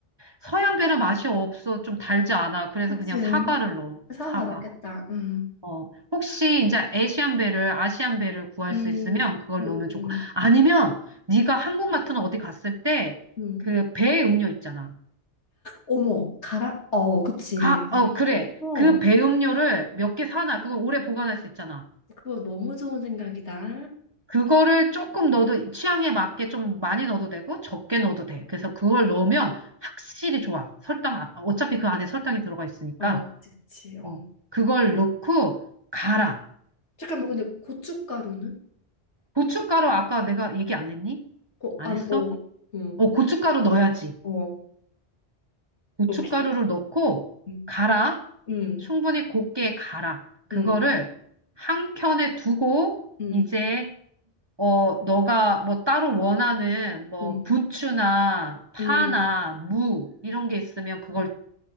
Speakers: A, on the right; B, on the left.
A: 서양배는 맛이 없어. 좀 달지 않아. 그래서
B: 그치.
A: 그냥 사과를 넣어.
B: 사과가
A: 사과.
B: 낫겠다. 음,
A: 어, 혹시 이제 아시안배를 아시안배를 구할
B: 음,
A: 수 있으면 그걸
B: 음,
A: 넣으면 좋고
B: 음.
A: 아니면 네가 한국 마트나 어디 갔을 때
B: 음.
A: 그 배 음료 있잖아.
B: 어머, 가라. 어, 그치.
A: 아, 어, 그래.
B: 어,
A: 그 배음료를 몇 개 사놔. 그거 오래 보관할 수 있잖아.
B: 그거 너무 좋은 생각이다.
A: 그거를 조금 넣어도 취향에 맞게 좀 많이 넣어도 되고 적게 넣어도 돼. 그래서 그걸 넣으면 확실히 좋아. 설탕, 아- 어차피 그 안에 설탕이 들어가 있으니까.
B: 어, 그치, 그치. 어.
A: 어, 그걸 넣고 갈아.
B: 잠깐만, 근데 고춧가루는?
A: 고춧가루 아까 내가 얘기 안 했니?
B: 어,
A: 안
B: 안,
A: 했어?
B: 어, 어,
A: 어, 고춧가루 넣어야지.
B: 어,
A: 고춧가루를
B: 오케이.
A: 넣고
B: 음,
A: 갈아.
B: 음,
A: 충분히 곱게 갈아. 그거를
B: 음,
A: 한 켠에 두고
B: 음,
A: 이제 어, 너가 뭐 따로 원하는 뭐
B: 음,
A: 부추나 파나
B: 음,
A: 무 이런 게 있으면 그걸